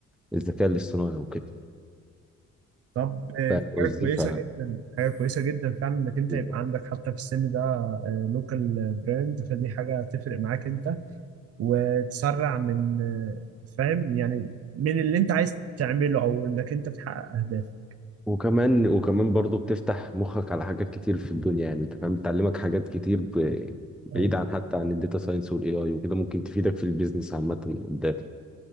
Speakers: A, in the centre; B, on the right (about 50°).
A: الذكاء الاصطناعي وكده
B: طب آه،
A: فاهم
B: دي
A: قصدي
B: حاجة كويسة
A: ف
B: جدا حاجة كويسة جدا فعلا انك انت
A: بالظبط.
B: يبقى عندك حتى في السن ده لوكال براند فدي حاجة تفرق معاك انت وتسرع من فاهم يعني من اللي انت عايز تعمله او انك انت تحقق اهدافك
A: وكمان وكمان برضو بتفتح مخك على حاجات كتير في الدنيا يعني انت فاهم بتعلمك حاجات كتير ب... بعيد
B: اه
A: عن حتى عن الداتا ساينس والاي اي وكده ممكن تفيدك في البيزنس عامة قدام